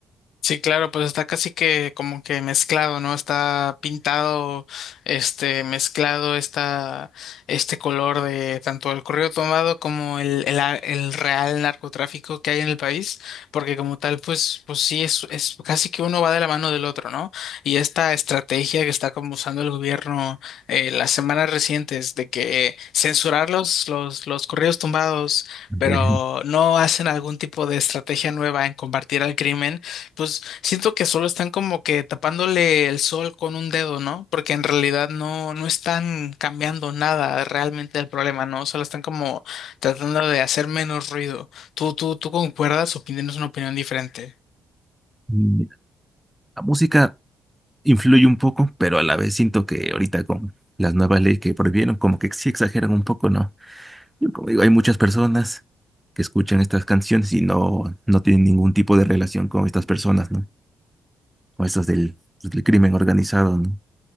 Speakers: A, on the left; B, in the centre.
A: Sí, claro, pues está casi que como que mezclado, ¿no? Está pintado, este, mezclado está este color de tanto el correo tomado como el, el, a- el real narcotráfico que hay en el país, porque como tal, pues, pues sí, es, es casi que uno va de la mano del otro, ¿no? Y esta estrategia que está como usando el gobierno eh, las semanas recientes de que censurar los, los, los correos tumbados,
B: Ándale.
A: pero no hacen algún tipo de estrategia nueva en combatir al crimen pues siento que solo están como que tapándole el sol con un dedo, ¿no? Porque en realidad no, no están cambiando nada realmente del problema, ¿no? Solo están como tratando de hacer menos ruido. ¿Tú, tú, tú concuerdas o tienes una opinión diferente?
B: Mm, La música influye un poco, pero a la vez siento que ahorita con las nuevas leyes que prohibieron, como que sí exageran un poco, ¿no? Como digo, hay muchas personas que escuchan estas canciones y no, no tienen ningún tipo de relación con estas personas, ¿no? con estas del, pues, del crimen organizado, ¿no?